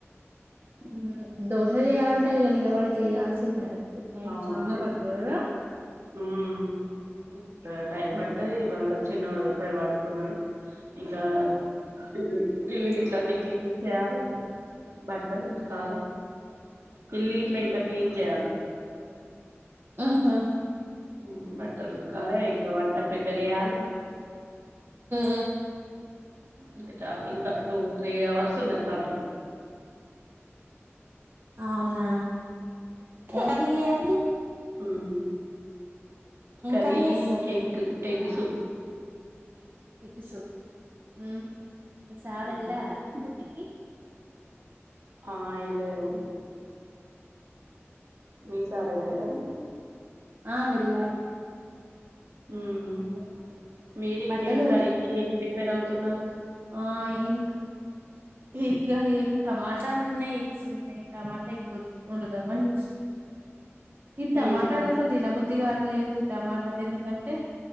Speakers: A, on the right (about 45°); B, on the right (about 75°).
A: ఆహ దోసా చేయ్యాలంటే అయక నిలబడి చేయాల్సింద అంట టైం
B: అవును
A: చాలా
B: చి
A: పడుతుంది కదా
B: ఉమ్ ఇప్పుడు టైం పడుతుది ఇవాళ చిన్నడు ఇప్పుడే పాడుకున్నాడు ఇంకా ఇల్లు ఇల్లు ఇట్లన్నీ క్లీన్ చేయాలి బట్టలు ఉతుకాలి పిల్లి ఇట్లా ఇంకా క్లీన్ చేయాలి
A: ఆహా
B: ఉమ్ బట్టలు ఉతకాలి ఇంకా వంట ప్రిపేర్ చెయాలి
A: ఆ
B: ఇంకా చ ఇంకా టూ త్రీ అవర్స్ ఉన్నాయి పని
A: అవునా ఎవరివి ఇయాని
B: ఉమ్ కరి
A: కర్రీ చేస్తారు
B: egg egg soup
A: egg soup ఉమ్ ఈ సార్
B: ఉమ్,
A: ఎలారా డ్యూటికి
B: ఆ ఎలాడు మీ సార ఎలాడా
A: ఆ వెళ్లడ
B: ఉమ్ మీరు ఇంకేం
A: బట్టలు
B: కరీకి
A: ఉతుకు
B: ఏం ప్రెప్ పెరుగుతున్నారు
A: ఆ ఇంక ఇక ఏం టమాటాలు ఉన్నాయి ఎగ్స్ ఉన్నాయి టమాటా ఎగ్ వండదాం అని చూస్తున్నా ఇ
B: హ్మ్
A: టమాటల అసల్ థినా బుద్ధదికాట్లేదు టమాటాలు ఎందుకంటే